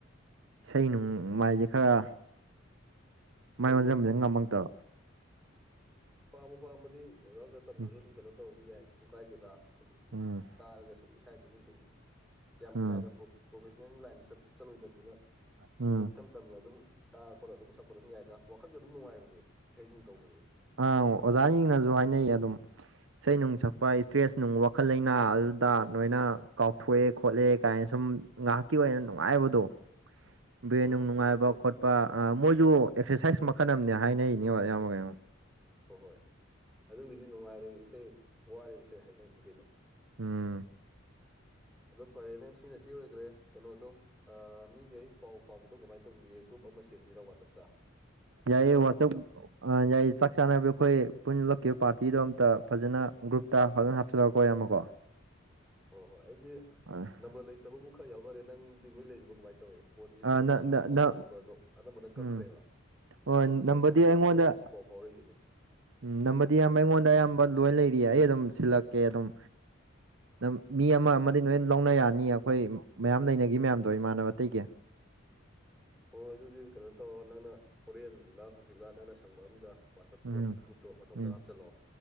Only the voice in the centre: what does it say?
ꯍꯣꯏꯗ
ꯄꯥꯝꯃ ꯄꯥꯝꯃꯗꯤ ꯑꯣꯖꯥ ꯑꯣꯖꯥ ꯇꯝꯗ꯭ꯔꯁꯨ
ꯑꯗꯨꯝ ꯀꯩꯅꯣ ꯇꯧꯕꯗꯤ ꯌꯥꯏ ꯀꯩꯁꯨ ꯀꯥꯏꯗꯦꯗ ꯁꯨꯝ
ꯇꯥꯔꯒ ꯁꯨꯝ ꯏꯁꯥ ꯏꯗꯨꯨꯗ ꯁꯨꯝ ꯌꯥꯝ
ꯀꯥꯏꯅ ꯄ꯭ꯔ ꯄ꯭ꯔꯣꯐꯦꯁꯅꯦꯜ ꯂꯥꯏꯟꯗ ꯆ ꯆꯠꯂꯣꯏꯗꯕꯅꯤꯅ
ꯏꯊꯝ ꯇꯝꯅ ꯑꯗꯨꯝ ꯇꯥꯔ ꯈꯣꯠꯂꯒ ꯑꯗꯨꯝ ꯁꯛꯄꯠ ꯑꯗꯨꯝ ꯌꯥꯏꯗ ꯋꯥꯈꯠꯀ ꯑꯗꯨꯝ ꯅꯨꯡꯉꯥꯏꯕꯅꯤ ꯏꯁꯩ ꯅꯨꯡ ꯇꯧꯕꯁꯦ
ꯍꯣꯏ ꯍꯣꯏ
ꯑꯗꯨꯒꯤ
ꯍꯣꯏ ꯍꯣꯏ ꯑꯗꯨꯒꯤꯗꯤ ꯅꯨꯡꯉꯥꯏꯔꯦ ꯏꯁꯩ ꯋꯥꯔꯦ ꯏꯁꯩ ꯍꯥꯏꯅꯕꯅꯤ ꯀꯩꯅꯣ
ꯑꯗꯨꯝ ꯐꯔꯦꯅꯦ ꯁꯤꯅ ꯁꯤ ꯑꯣꯏꯈ꯭ꯔꯦ ꯀꯩꯅꯣꯗꯣ ꯃꯤꯈꯩ ꯄꯥꯎ ꯐꯥꯎꯕꯗꯣ ꯀꯃꯥꯏꯅ ꯇꯧꯁꯤꯒꯦ ꯒ꯭ꯔꯨꯞ ꯑꯃ ꯁꯦꯝꯁꯤꯔꯥ ꯋꯥꯆꯞꯇ
ꯆꯥꯛ ꯆꯥꯅꯕꯩꯗꯣ
ꯍꯣꯏ ꯍꯣꯏ ꯑꯩꯗꯤ
ꯅꯝꯕꯔ ꯂꯩꯇꯕꯕꯨ ꯈꯔ ꯌꯥꯎꯅꯔꯦ ꯅꯪꯗꯤ ꯂꯣꯏ ꯂꯩꯔꯤꯕ ꯀꯃꯥꯏꯅ ꯇꯧꯋ ꯐꯣꯟꯁꯤꯁꯨ
ꯁꯤꯜꯂꯨꯕꯒꯤ
ꯅꯝꯕꯔꯗꯣ ꯑꯅꯝꯕꯅ
ꯀꯛꯈ꯭ꯔꯦꯕ
ꯅꯪꯒꯤ
ꯅꯪ
ꯌꯥꯎꯔꯛꯄꯩ ꯉꯁꯤꯐꯥꯎ ꯍꯧꯧꯔꯣꯏꯁꯤꯅꯦ
ꯐꯔꯦꯅꯦ
ꯍꯣꯏ ꯍꯣꯏ ꯑꯗꯨꯗꯤ ꯀꯩꯅꯣ ꯇꯧꯔꯣ ꯅꯪꯅ ꯍꯣꯔꯦꯟ ꯂꯥ ꯍꯧꯖꯤꯛꯂꯥ ꯅꯪꯅ ꯁꯪꯕ ꯑꯝꯗ ꯋꯥꯆꯞꯇꯣ
ꯒ꯭ꯔꯨꯞꯇꯣ ꯃꯊꯊꯧꯗꯪ
ꯍꯥꯞꯆꯜꯂꯛꯑꯣ